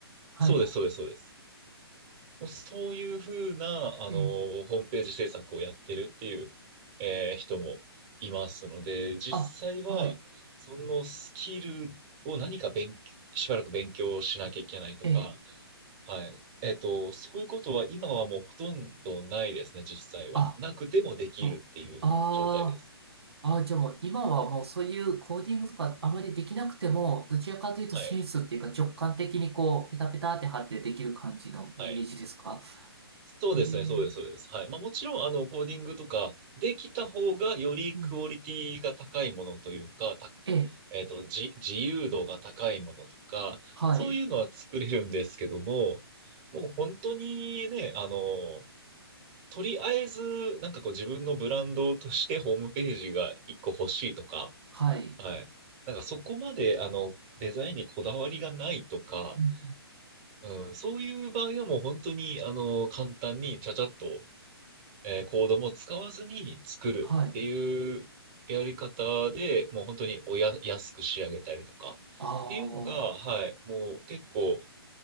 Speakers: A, on the right; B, on the right.
A: はい、
B: そうです、
A: は
B: そうです、そうです。もうそういうふうな、あの、
A: い。ええ、
B: ホームページ制作をやってるっていう、えー人もいますので、実際は、
A: あ、はい、
B: そのスキルを何か勉強、しばらく勉強しなきゃいけないとか、
A: ええ。
B: はい。えっと、そういうことは今はもうほとんどないですね、実際は。
A: あ
B: なくてもできるっていう状態です。
A: あ、あーあー、じゃあもう今はもうそういうコーディングとかあまりできなくても、どちらかというとセンスっていうか直感的にこう、
B: はい。
A: ペタペタって貼ってできる感じのイメージですか
B: はい。そうですね、
A: えー、
B: そうです、そうです。はい。まあもちろん、あの、コーディングとかできた方がよりクオリティが高いものというか、
A: うん。
B: た、
A: ええ、
B: えっと、じ、自由度が高いものとか、
A: はい、
B: そういうのは作れるんですけども、もう本当にね、あの、とりあえず、なんかこう自分のブランドとしてホームページが一個欲しいとか、
A: はい、
B: はい。なんかそこまで、あの、デザインにこだわりがないとか、
A: うん、
B: うん、そういう場合はもう本当に、あの、簡単にちゃちゃっと、えーコードも使わずに作るっていうやり方で、
A: はい。
B: もう本当におや、安く仕上げたりとかっていうのが、
A: ああ、
B: はい、もう結構